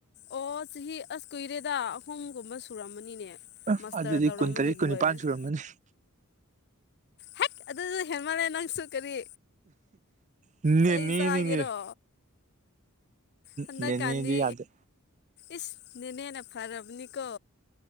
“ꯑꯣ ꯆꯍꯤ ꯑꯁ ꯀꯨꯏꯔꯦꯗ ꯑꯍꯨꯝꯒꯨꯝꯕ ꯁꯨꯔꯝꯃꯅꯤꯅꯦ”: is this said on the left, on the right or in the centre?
Left